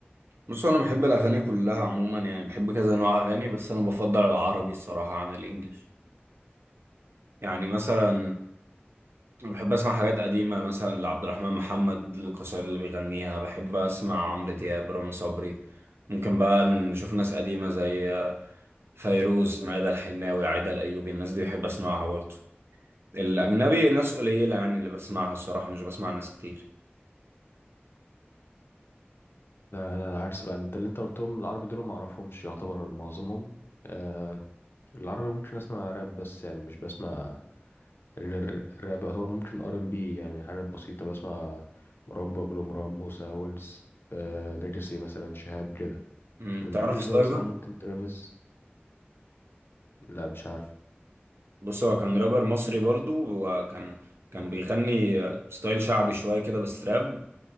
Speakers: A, on the right; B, on the left.
A: بص انا بحب الاغاني كلها عموما يعني بحب كذا نوع اغاني بس انا بفضل العربي الصراحة عن الانجليش يعني مثلا أنا بحب اسمع حاجات قديمة مثلا لعبد الرحمن محمد القصائد اللي بيغنيها بحب اسمع عمرو دياب رامي صبري ممكن بقى نشوف ناس قديمة زي فيروز ميادة الحناوي عايدة الايوبي الناس دي بحب اسمعها برضه الأجنبي ناس قليلة يعني اللي بسمعها الصراحة مش بسمع ناس كتير
B: لا انا العكس بقى انت اللي انت قلتهم العربي دول ما اعرفهمش يعتبر معظمهم آه العربي ممكن اسمع راب بس يعني مش بسمع ال- ال- الراب يعتبر ممكن ار ام بي يعني حاجات بسيطة بسمع مروان بابلو مروان موسى ويجز آه ليجاسي مثلا شهاب كده
A: امم
B: الانجليش
A: تعرف سلايفر؟
B: بقى بسمع ممكن ترافيس لا مش عارف
A: بص هو كان رابر مصري برضو وكان كان بيغني ستايل شعبي شوية كده بس راب